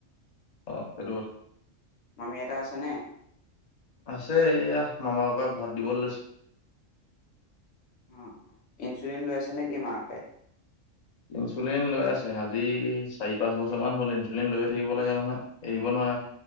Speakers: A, on the left; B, on the left.
A: অ সেইটো কথা,
B: মামীআইটা আছে নে?
A: আছে এইয়া মামা, ককাক ভাত দিবলৈ লৈছে।
B: অ অ, ইনচুলিন লৈ আছে নেকি মাকে?
A: ইনচুলিন লৈ আছে, আজি চাৰি পাঁচ বছৰমান হ'ল ইনচুলিন লৈয়ে থাকিব লাগে, নহয় এৰিব নোৱাৰে।